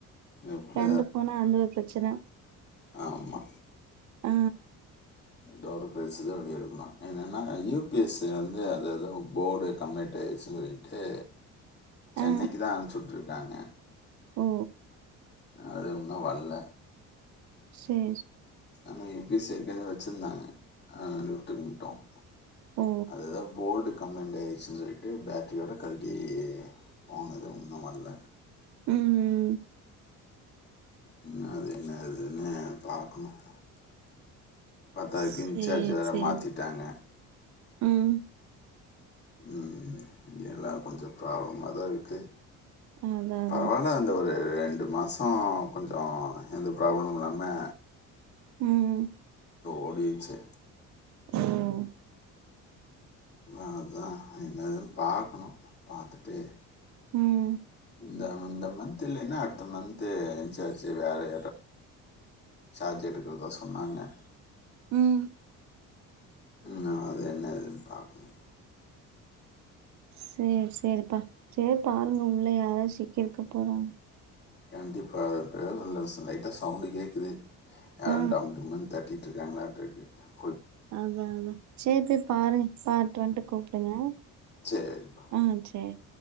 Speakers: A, on the left; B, on the right.
A: எப்படி
B: கரண்டு போனா அந்த ஒரு பிரச்சன
A: ஆமா
B: ஆ
A: டோலர் பிரைஸ் தான் வெடி எடுக்கக்கலாம் என்னன்னா யூபிஎஸ்சி வந்து அது ஏதும் போடு கம்பெ இடு சொல்லிட்டு சென்னைக்கு
B: ஆ
A: தான் அனுப்ச்சிட்டுருக்கு ங்க
B: ஓ
A: அதுன்னும் வல்ல
B: சரி
A: ஆனா யூ பி எஸ் வச்சுருந்தாங்க லிஃப்டுக்கு மட்டும்
B: ஓ
A: அது எதோ போல்டு கம்ப்ளைண்டட் ஆகிடுச்சுு சொல்லிட்டு பேட்ட்ரியோடு கல்ட்டி போனது இன்னும் வல்ல
B: ம் ம்
A: என்ன அது என்ன அதுன்னு பாக்கனும் பத்தாதுக்கு
B: சேரி
A: இன்சார்ஜ் வேற
B: சேரி
A: மாத்திட்டாங்க.
B: ம்
A: ம் எல்லாம் கொஞ்சம் ப்ராப்ளமா தான் இருக்கு
B: அதான் அதான்
A: பரவாயில்ல அந்த ஒரு ரெண்டு மாசம் கொஞ்சம் எந்த ப்ராப்ளம் இல்லாம
B: ம்
A: ஓடிருச்சு
B: ம்
A: வேணதான் என்னதுன்னு பார்க்கணும். பார்த்துட்டு
B: ம்
A: இந்த வந்த மந்த் இல்ல என்ன அடுத் த மந்து இன்சார்ச்சு வேறே சார்ஜ் எடுக்கிறதா சொன்னாங்க.
B: ம்
A: நா அது என்ன இதுன்னு பாக்கனு
B: சேர் சேரிப்பா சேர் பாருங்க உள்ள யாரா சிக்கிருக்க போறாங்க.
A: எனக்கு இப்ப <unintelligible> லைட்டா சவுண்டு கேக்குது. யாரோ
B: ஆ
A: டம் டும்னு தட் தட்டிட்ருக்காங்களாட்ருக்கு
B: அதா அதா சேர் போய் பாருங்க பாட்டு வன்ட்டு கூப்புடுங்க
A: சரிப்பா.
B: ஆ சேர்